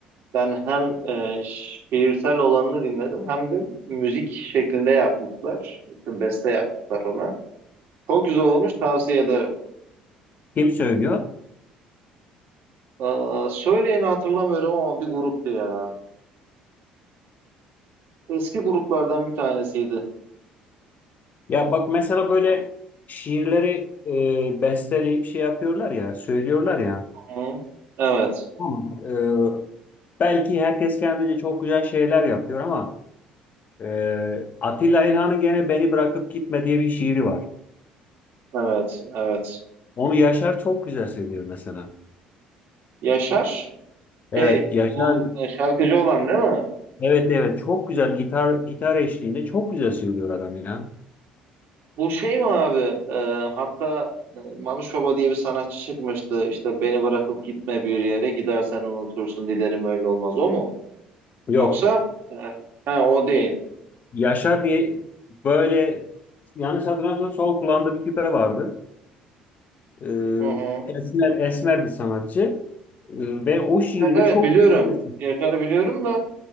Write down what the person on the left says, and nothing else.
Kim söylüyor?
Ya bak mesela böyle şiirleri e, besteleyip şey yapıyorlar ya, söylüyorlar ya.
Tamam. E, belki herkes kendince çok güzel şeyler yapıyor ama Ee, Atilla İlhan'ın gene Beni Bırakıp Gitme diye bir şiiri var.
Onu Yaşar çok güzel söylüyor mesela.
Evet
Yaşar
evet evet çok güzel gitar gitar eşliğinde çok güzel söylüyor adam ya.
Yok
Yaşar diye böyle yanlış hatırlamıyorsam sol kulağında bir küpe vardı. Ee,
esmer esmer bir sanatçı Ee, ve o şiiri
de çok
güzel